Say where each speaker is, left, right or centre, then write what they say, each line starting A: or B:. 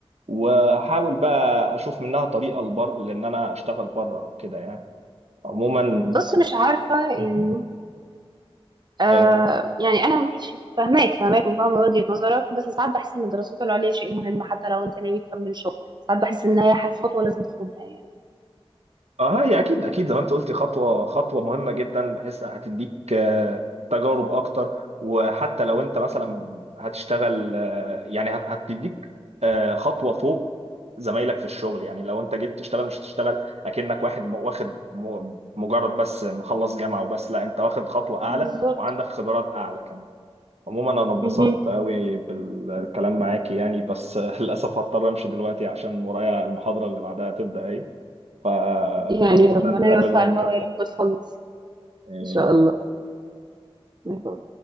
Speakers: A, on the right; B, on the right.
A: واحاول بقى اشوف منها طريقه لبر لان انا اشتغل بره او كده يعني عموما
B: بص مش عارفة يعني
A: مهم.
B: آه
A: انت
B: يعني أنا ماشي فاهماك فاهماك وفاهمة وجهة نظرك بس ساعات بحس إن الدراسات العليا شيء مهم حتى لو أنت ناوي تكمل شغل ساعات بحس إن هي حاجة خطوة لازم تاخدها يعني
A: اه هي اكيد اكيد زي ما انت قلتي خطوه خطوه مهمه جدا بحيث هتديك آه، تجارب اكتر وحتى لو انت مثلا هتشتغل آه، يعني هت- هتديك آه، خطوه فوق زمايلك في الشغل يعني لو انت جيت تشتغل مش هتشتغل اكنك واحد م- واخد م- مجرد بس مخلص جامعه وبس لا انت واخد خطوه اعلى
B: بالظبط
A: وعندك خبرات اعلى كمان عموما انا اتبسطت
B: مهم.
A: قوي بالكلام معاكي يعني بس <laughs> آه، للاسف هضطر امشي دلوقتي عشان ورايا المحاضره اللي بعدها تبدا فأتمنى
B: يعني ربنا
A: نتقابل
B: يوفقك
A: ونتكلم
B: بقى ويا رب تخلص
A: يعني
B: إن شاء الله